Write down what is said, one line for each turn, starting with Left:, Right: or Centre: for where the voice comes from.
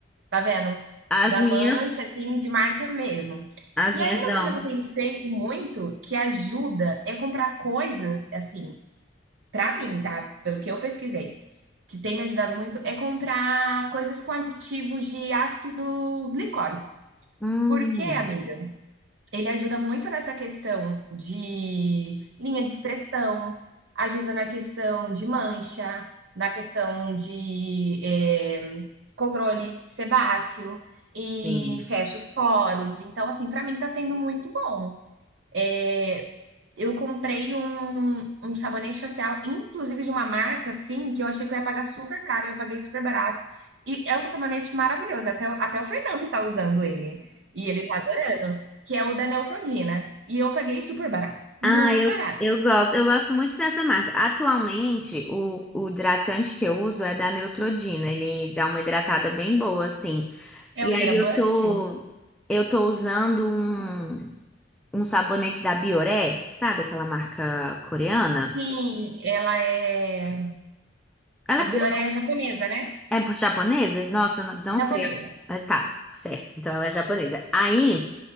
Right: Tá vendo?
Centre: As
Right: Da
Centre: minhas,
Right: mancha, assim, de marca mesmo.
Centre: as
Right: E
Centre: minhas
Right: aí, uma
Centre: dão.
Right: coisa que eu tenho feito muito, que ajuda, é comprar coisas, assim, pra mim, tá? Pelo que eu pesquisei, que tem me ajudado muito, é comprar coisas com aditivos de ácido glicólico.
Centre: Hum,
Right: Por quê, amiga? Ele ajuda muito nessa questão de linha de expressão, ajuda na questão de mancha, na questão de é, controle sebáceo e
Centre: sim.
Right: fecha os poros. Então, assim, para mim tá sendo muito bom. É, eu comprei um, um sabonete facial, inclusive de uma marca, assim, que eu achei que eu ia pagar super caro e eu paguei super barato. E é um sabonete maravilhoso, até, o- até o Fernando tá usando ele. E ele tá adorando, que é o da Neutrodina. E eu paguei super barato, muito
Centre: Ah, eu,
Right: barato.
Centre: eu gosto. Eu gosto muito dessa marca. Atualmente, o, o hidratante que eu uso é da Neutrogena. Ele dá uma hidratada bem boa, assim.
Right: É
Centre: E
Right: o Hydra
Centre: aí
Right: Bust?
Centre: eu tô, eu tô usando um, um sabonete da Bioré, sabe? Aquela marca coreana.
Right: Sim, ela é
Centre: Ela é,
Right: a
Centre: core-
Right: Bioreia japonesa, né?
Centre: é por japonesa? Nossa, eu não não
Right: Japonesa.
Centre: sei. É, Tá, certo. Então ela é japonesa. Aí.